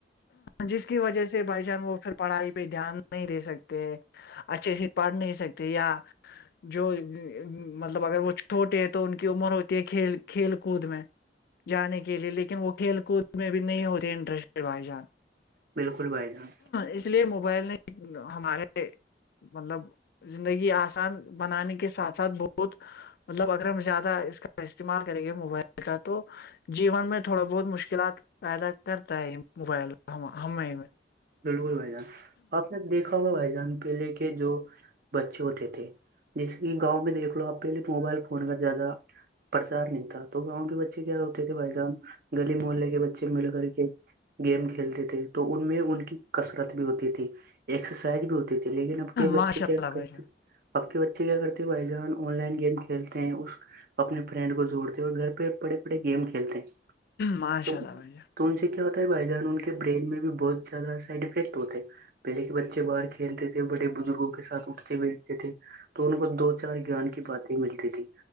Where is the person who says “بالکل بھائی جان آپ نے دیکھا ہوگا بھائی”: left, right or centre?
Right